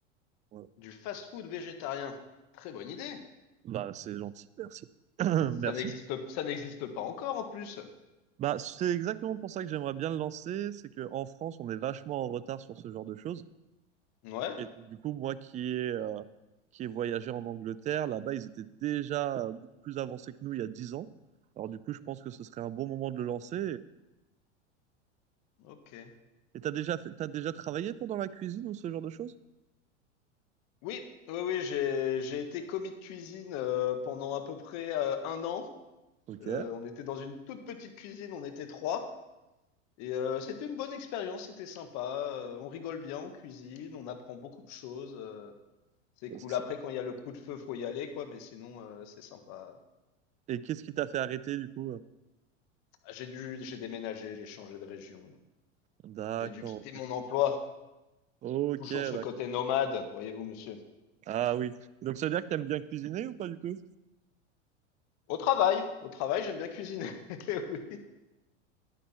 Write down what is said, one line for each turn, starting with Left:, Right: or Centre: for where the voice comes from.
Right: voilà.
Left: Du fast-food végétarien. Très bonne idée.
Right: Bah, c'est gentil, merci. <clears throat>
Left: Ça
Right: Merci.
Left: n'existe, ça n'existe pas encore en plus.
Right: Bah, c'est exactement pour ça que j'aimerais bien le lancer, c'est que en France, on est vachement en retard sur ce genre de choses.
Left: Ouais,
Right: Et donc, du coup, moi qui ai, euh, qui ai voyagé en Angleterre, là-bas, ils étaient déjà euh, beaucoup plus avancés que nous il y a 10 ans. Alors du coup, je pense que ce serait un bon moment de le lancer.
Left: ok.
Right: Et t'as déjà fait, t'as déjà travaillé, toi, dans la cuisine ou ce genre de choses?
Left: Oui, oui, oui, j'ai, j'ai été commis de cuisine euh, pendant à peu près euh, un an.
Right: Ok.
Left: Euh, on était dans une toute petite cuisine, on était trois. Et euh, c'était une bonne expérience, c'était sympa. euh, on rigole bien, on cuisine, on apprend beaucoup de choses. euh, c'est cool.
Right: ça, ça-
Left: Après, quand il y a le coup de feu, faut y aller, quoi. Mais sinon, euh, c'est sympa.
Right: Et qu'est-ce qui t'a fait arrêter, du coup?
Left: Ah, J'ai dû, j'ai déménagé, j'ai changé de région.
Right: D'accord.
Left: J'ai dû quitter mon emploi.
Right: Ok,
Left: Toujours ce
Right: d'accord.
Left: côté nomade, voyez-vous, monsieur.
Right: Ah oui. Donc ça veut dire que t'aimes bien cuisiner ou pas du tout?
Left: Au travail, au travail, j'aime bien cuisiner. <laughs> Oui.